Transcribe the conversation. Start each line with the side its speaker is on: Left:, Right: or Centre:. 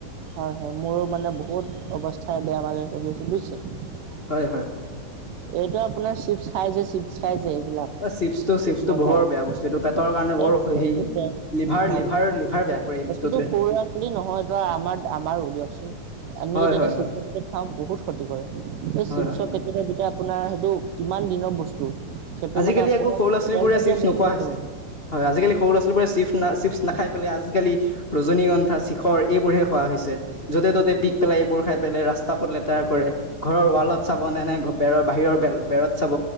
Right: হয় হয় মোৰো মানে বহুত অৱস্থাই বেয়া মাজৰে চলি আছে বুইছে
Left: হয় হয়
Right: এইটো আপোনাৰ চিপছ খাই যে চিপছ খাই যে <unintelligible>
Left: অ চিপছটো চিপছটো বৰ বেয়া বস্তু এইটো পেটৰ কাৰণে বৰ অসু হেৰি লিভাৰ লিভাৰ লিভাৰ বেয়া কৰে এই বস্তুটোৱে
Right: এটো টো সৰু ল'ৰা ছোৱালী নহয় তই আমাৰ আমাৰো দিয়কচোন আমি
Left: হয়
Right: যদি এতিয়া
Left: হয়
Right: চিখৰ
Left: হয়
Right: পেকেট খাও বহুত ক্ষতি কৰে চিপচৰ
Left: হয় হয় হয়।
Right: পেকেটে যেতিয়া আপোনাৰ অঁ, সেইটো কিমান দিনৰ বস্তু? সেইটো
Left: আজিকালি
Right: মানে আপোনাৰ
Left: আকৌ, সৰু ল'ৰা ছোৱালীবোৰে
Right: তেলজাতীয়
Left: চিপছ
Right: বস্তু
Left: নোখোৱা
Right: নহয়
Left: হৈছে।
Right: জানো
Left: হয় আজিকালি সৰু ল'ৰা ছোৱালীবোৰে চিপছ নাখায়। পেলাই আজালি ৰজনীগন্ধা চিখৰ এইবোৰ হে খোৱা হৈছে য'তে ত'তে পিক পেলাই এইবোৰ খাই পেলাই ৰাস্তা পথ লেতেৰা কৰে ঘৰৰ ৱালত চাব নে নে বেৰৰ বাহিৰৰ বেৰত চাব